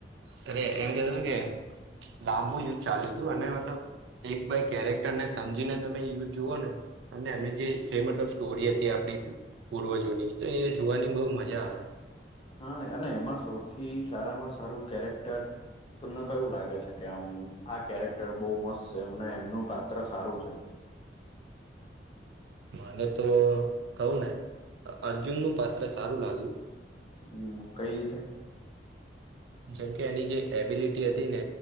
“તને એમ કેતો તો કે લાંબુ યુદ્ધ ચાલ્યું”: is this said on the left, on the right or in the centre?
Right